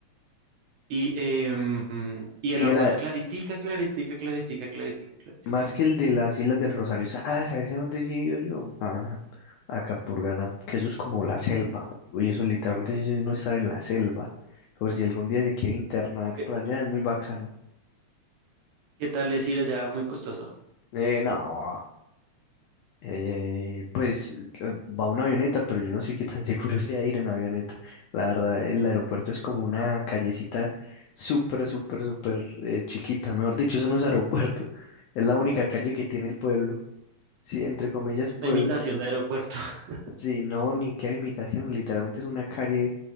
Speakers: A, on the right; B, on the left.
A: Y, em, y
B: Y
A: el agua
B: a la,
A: es claritica, claritica, claritica, claritica, claritica.
B: más que el de las Islas del Rosario. sa- Ah, ¿sabes a dónde sí he ido yo? A, a Capurganá, que eso es como la selva. Oye, eso literalmente sí es no estar en la selva. Por si algún día se quiere internar
A: ¿Y qué,
B: por allá, es muy bacano.
A: qué tal es ir allá? Muy costoso.
B: Eh, no. Eh, pues eh, va una avioneta, pero yo no sé qué tan <laughs> seguro sea ir en avioneta. La verdad, el aeropuerto es como una callecita súper, súper, súper eh, chiquita. Mejor dicho, eso no es aeropuerto. <laughs> Es la única calle que tiene el pueblo. Sí, entre comillas, pueblo.
A: La imitación de aeropuerto. <laughs>
B: Sí, no, ni qué imitación. Literalmente es una calle